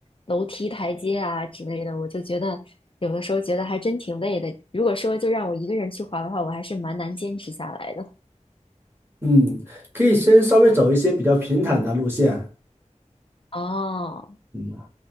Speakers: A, on the left; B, on the right.
A: 楼梯、台阶啊之类的，我就觉得有的时候觉得还真挺累的。如果说就让我一个人去滑的话，我还是蛮难坚持下来的。
B: 嗯，可以先稍微走一些比较平坦的路线，
A: 哦，
B: 嗯，